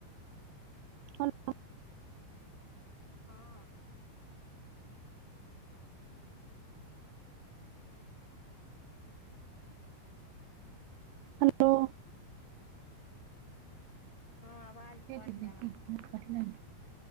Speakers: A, on the left; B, on the right.
A: ह
B: हलो
A: हँ
B: हेलो
A: हँ आवाज
B: केट
A: कट
B: देखीटलनि
A: रहा था